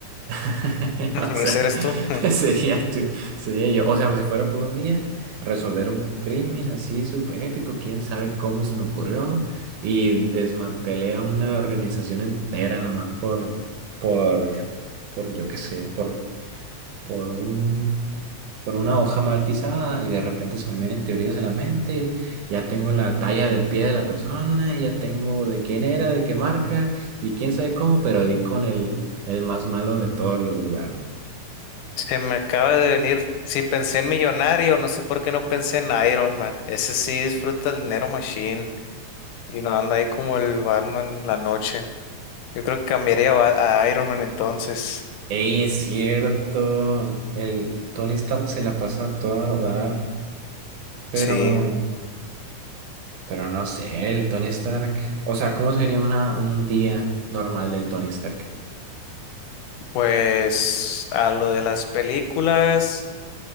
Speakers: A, on the right (about 80°); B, on the left (about 85°).
A: <laughs>
B: <laughs>
A: O sea,
B: ese eres tú. <laughs>
A: <laughs> sería tú, sería yo. O sea, pues, si fuera por un día, resolver un crimen así súper épico, quién sabe cómo se me ocurrió. Y desmantelé a una organización entera nomás por, por, por, yo qué sé, por, por un por una hoja mal pisada y de repente se me vienen teorías de la mente, ya tengo la talla del pie de la persona, y ya tengo de quién era, de qué marca y quién sabe cómo, pero di con el, el más malo de todos los lugares.
B: Se me acaba de venir, sí pensé en Millonario, no sé por qué no pensé en Iron Man. Ese sí disfruta el dinero machine y no anda ahí como el Batman la noche. Yo creo que cambiaría a, Ba- a Iron Man entonces.
A: Ey, es cierto, el Tony Stark se la pasa a todo a dar, pero,
B: Sí,
A: pero no sé, el Tony Stark, o sea, ¿cómo sería una, un día normal del Tony Stark?
B: pues a lo de las películas.